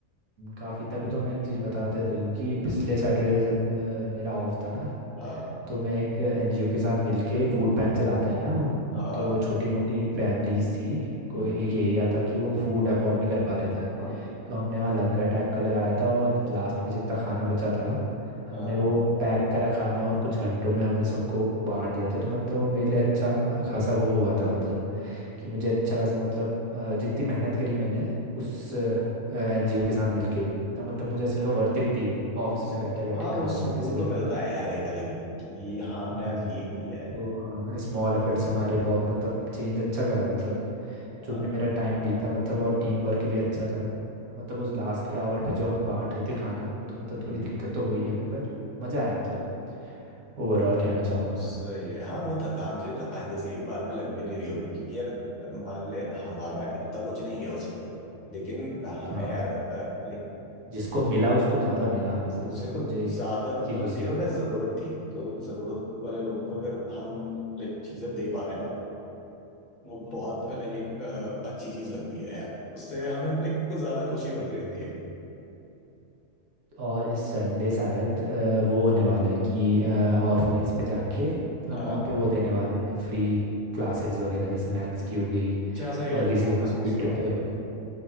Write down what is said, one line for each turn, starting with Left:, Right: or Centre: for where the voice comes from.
Right: काफ़ी तभी तो मैं एक चीज़ बताते रही हूँ कि पिछले सैटरडे जब अ, मेरा ऑफ था ना
Left: अ,
Right: तो मैं एक एनजीओ के साथ मिलके फूड बैंक चलाते हैं ना वो
Left: हाँ
Right: तो छोटी मोटी एक फैमिलीज थी कोई
Left: हम्म,
Right: एक एरिया था कि वो फूड अफोर्ड नहीं कर पा रहे थे
Left: हाँ
Right: तो हमने वहाँ लंगर टाइप का लगाया था और लास्ट में जितना खाना बचा था हमने
Left: हाँ
Right: वो पैक करा खाना और कुछ घंटों में हमने सबको बांट दिया था तो मतलब वो मेरे लिए अच्छा खासा वो हुआ था मतलब कि मुझे अच्छा खासा मतलब अ, जितनी मेहनत करी मैंने उस एनजीओ के साथ मिलके तो मतलब मुझे ऐसा लगा वर्थ इट थी वो ऑफिस
Left: सही
Right: में बैठे बैठे
Left: हाँ
Right: काम
Left: वो सुकून
Right: करने से बढ़िया
Left: तो मिलता है यार एक अलग ही कि हाँ हमने
Right: ना
Left: आज ये किया है
Right: तो हाँ, स्मॉल एफर्ट्स हमारे बहुत मतलब चेंज अच्छा करा मतलब जो
Left: हाँ
Right: भी मेरा टाइम बीता मतलब और टीम वर्क भी अच्छा था मतलब उस लास्ट के आवर पे जो हम बांट रहे थे खाना तो मतलब
Left: हम्म,
Right: थोड़ी दिक्कत तो हुई हमें पर मज़ा आया मतलब ओवरऑल कहना चाहूँगा मैं
Left: सही है हाँ वो थकान तो ये थकान जैसी बाद में लग भी नहीं रही होगी क्योंकि यार मान ले हमारा इतना कुछ नहीं गया उस पर लेकिन हमें
Right: हाँ
Left: यार अ, ले-
Right: जिसको मिला उसको ज़्यादा मिला हमसे
Left: उसे
Right: मतलब
Left: कुछ
Right: मुझे इस
Left: ज्यादा
Right: बात
Left: मतलब
Right: की खुशी
Left: यार
Right: हुई
Left: उन्हें जरूरत थी तो जरूरत वाले लोगों
Right: हम्म।
Left: को अगर हम लाइक चीजें दे पा रहे हैं ना वो बहुत लाइक एक अ, अच्छी चीज लगती है यार उससे हमें लाइक कुछ ज्यादा खुशी मिल रही होती है
Right: और इस संडे शायद अ, वो होने वाला है कि ऑर्फनेज पे जाके हम
Left: हाँ।
Right: वहाँ पे वो देने वाले हैं फ्री क्लासेस वगैरह जैसे मैथ्स की हो गई
Left: अच्छा सही
Right: और
Left: है
Right: किसी
Left: वो
Right: को
Left: मैं सोचता
Right: कंप्यूटर
Left: रहा
Right: पे
Left: था क्यों